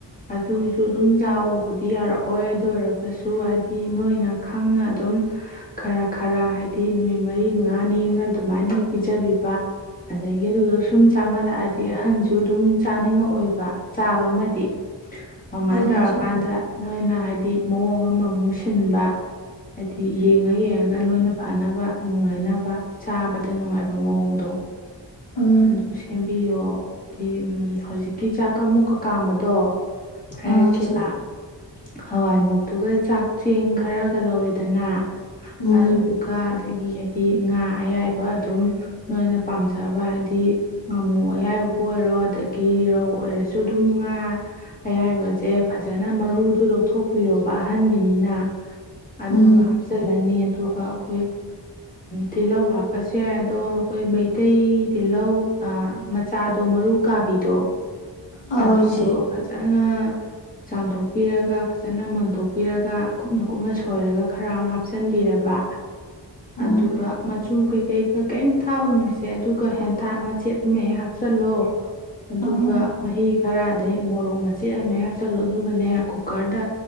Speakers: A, on the left; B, on the left.
A: ꯑꯗꯨꯁꯨ ꯑꯗꯨꯝ ꯆꯥꯎꯧꯕꯗ ꯑꯗꯨ ꯌꯥꯔꯛꯑꯣꯏ ꯑꯗꯨ ꯑꯣꯏꯔꯒꯁꯨ ꯍꯥꯏꯗꯤ ꯅꯣꯏꯅ ꯈꯪꯅ ꯑꯗꯨꯝ ꯈꯔ ꯈꯔ ꯍꯥꯏꯗꯤ ꯅꯨꯃꯤꯠ ꯃꯔꯤ ꯃꯉꯥꯅꯤꯅ ꯑꯗꯨꯃꯥꯏꯅ ꯄꯤꯖꯕꯤꯕ ꯑꯗꯒꯤ ꯑꯗꯨꯗ ꯁꯨꯝ ꯆꯥꯃꯜꯂꯛꯑꯗꯤ ꯑꯍꯟꯁꯨ ꯑꯗꯨꯝ ꯆꯥꯅꯤꯡꯉꯛꯑꯣꯏꯕ ꯆꯥꯕ ꯑꯃꯗꯤ ꯑꯗꯨꯃꯥꯏꯅ
B: ꯍꯣꯏꯅꯦ
A: ꯇꯧꯔꯀꯥꯟꯗ
B: ꯆꯦ
A: ꯅꯣꯏꯅ ꯍꯥꯏꯗꯤ ꯃꯑꯣꯡ ꯑꯃ ꯃꯨ ꯁꯤꯟꯕ ꯍꯥꯏꯗꯤ ꯌꯦꯡꯉ ꯌꯦꯡꯉꯒ ꯅꯣꯏꯅ ꯐꯅꯕ ꯅꯨꯡꯉꯥꯏꯅꯕ ꯆꯥꯕꯗ ꯅꯨꯡꯉꯥꯏꯕ ꯃꯑꯣꯡꯗ
B: ꯎꯝ
A: ꯑꯗꯨ ꯁꯦꯝꯕꯤꯌꯣ ꯎꯝ ꯍꯧꯖꯤꯛꯀꯤ ꯆꯥꯛꯀ ꯃꯨꯛꯀ ꯀꯥꯝꯕꯗꯣ ꯍꯥꯏꯔꯛꯀꯦꯕ
B: ꯑꯧ ꯆꯦ
A: ꯍꯋꯥꯏ ꯃꯨꯣꯛꯇꯨꯒ ꯆꯥꯛ ꯆꯦꯡ ꯈꯔꯒ ꯂꯧꯔꯦꯗꯅ
B: ꯎꯝ
A: ꯑꯗꯨꯗꯨꯒ ꯑꯗꯒꯤ ꯍꯥꯏꯗꯤ ꯉꯥ ꯑꯌꯥꯏꯕ ꯑꯗꯨꯝ ꯅꯣꯏꯅ ꯄꯥꯝꯖꯕ ꯍꯥꯏꯗꯤ ꯉꯥꯃꯨ ꯑꯌꯥꯏꯕꯕꯨ ꯑꯣꯏꯔꯣ ꯑꯗꯒꯤ ꯔꯧ ꯑꯣꯏꯔꯁꯨ ꯑꯗꯨꯝ ꯉ ꯑꯌꯥꯏꯕꯁꯦ ꯐꯖꯅ ꯃꯔꯨꯗꯨ ꯂꯧꯊꯣꯛꯄꯤꯔꯣꯕ ꯑꯍꯟꯒꯤꯅꯤꯅ ꯑꯗꯨꯒ
B: ꯎꯝ
A: ꯍꯥꯞꯆꯤꯜꯂꯅꯤ ꯑꯗꯨꯒ ꯑꯩꯈꯣꯏ ꯇꯤꯜꯍꯧ ꯍꯥꯞꯄꯁꯨ ꯌꯥꯏ ꯑꯗꯣ ꯑꯩꯈꯣꯏ ꯃꯩꯇꯩ ꯇꯤꯜꯍꯧ ꯃꯆꯥꯗꯣ ꯃꯔꯨ ꯀꯥꯕꯤꯗꯣ
B: ꯑꯧ
A: ꯑꯗꯨꯗꯣ
B: ꯆꯦ
A: ꯐꯖꯅ ꯆꯥꯝꯊꯣꯛꯄꯤꯔꯒ ꯐꯖꯅ ꯃꯟꯊꯣꯛꯄꯤꯔꯒ ꯀꯨꯞꯅ ꯀꯨꯞꯅ ꯁꯣꯏꯔꯒ ꯈꯔ ꯑꯃ ꯍꯥꯞꯆꯤꯟꯕꯤ ꯄꯤꯔꯕ
B: ꯎꯝ
A: ꯑꯗꯨꯒ ꯃꯆꯨ ꯀꯩꯀꯩ ꯀꯩ ꯊꯥꯛꯎꯅꯨꯁꯦ ꯑꯗꯨꯒ ꯍꯦꯟꯇꯥꯛ ꯃꯆꯦꯠ ꯑꯃ ꯍꯦꯛ ꯍꯥꯞꯆꯤꯜꯂꯣ ꯑꯗꯨꯒ
B: ꯎꯝ
A: ꯃꯍꯤ ꯈꯔꯗꯒꯤꯩ ꯃꯣꯔꯣꯛ ꯃꯆꯦꯠ ꯑꯃ ꯍꯥꯞꯆꯜꯂꯨ ꯑꯗꯨꯒꯅꯦ ꯀꯨꯀꯔꯗ